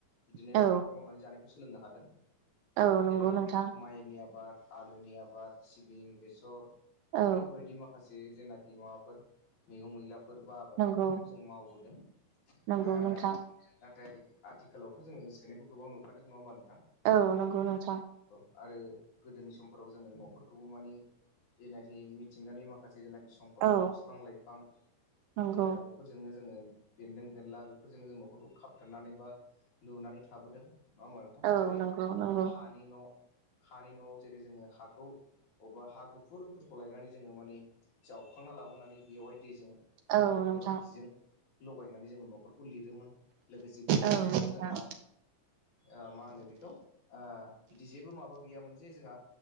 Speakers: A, on the left; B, on the right.
A: बिदिनो
B: औ
A: आबाद मावनानै जानायखौ सोलोंनो हादों।
B: औ नंगौ
A: जेरै
B: नोंथां
A: माइनि आबाद आलुनि आबाद, सिबिं, बेसर
B: औ
A: बैफोरबायदि माखासे जेनाखि माबाफोर मैगं-मैलाफोर बा आबादफोर
B: नंगौ
A: बेफोरखौ जों मावबोदों। ओ जों
B: नंगौ
A: दा
B: नोंथां
A: नाथाय आथिखालावथ' जोङो सोलायनायफोरखौबो नुखादों नङा होमब्ला नों
B: औ नंगौ नोंथां।
A: आरो गोदोनि समफोराव जोङो न'फोरखौबो मानि जेनाखि मिथिंगानि माखासे जायनाखि सम्पफोर
B: औ
A: बिफां-लाइफां
B: नंगौ
A: ओ बेफोरजोनो जोङो बेदों-बेनला बेफोरजोंनो जों न'खरखौ खाबथनानै बा लुनानै थाबोदों। नङा होमबा नोंथां।
B: औ
A: जेरै
B: नंगौ नंगौ
A: हानि न' हानि न'आव जेरै जोङो हाखौ अबेबा हा गुफुरफोरखौ लायनानै जोङो मानि जावखांना लाबोनानै बेवहाय दैजों गो-गोबोरखिजों
B: औ नोंथां
A: लगायनानै जोङो न'फोर खौ लिरोमोन लोगोसे गोदोनि
B: औ
A: समाव
B: नोंथां
A: जोंहा ओ मा होनो बेखौ ओ बिदि जेबो माबा गैयामोन जे जोंहा